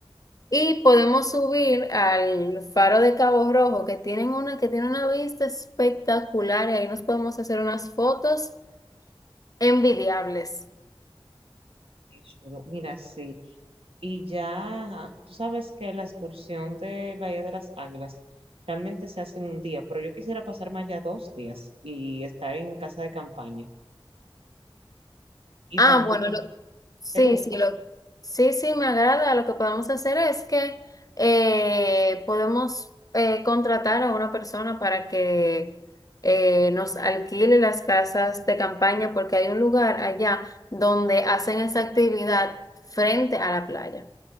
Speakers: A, on the left; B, on the right.
A: Y podemos subir al faro de Cabo Rojo, que tienen una, que tiene una vista espectacular, y ahí nos podemos hacer unas fotos Envidiables.
B: Qué chulo. Mira, sí. Y ya, tú sabes que la excursión de Bahía de las Águilas realmente se hace en un día, pero yo quisiera pasarme allá dos días y estar en casa de campaña. Y
A: Ah,
B: también,
A: bueno, lo- sí,
B: ¿te gusta?
A: sí, lo, sí, sí, me agrada. Lo que podemos hacer es que eh, podemos eh, contratar a una persona para que eh, nos alquile las casas de campaña, porque hay un lugar allá donde hacen esa actividad frente a la playa.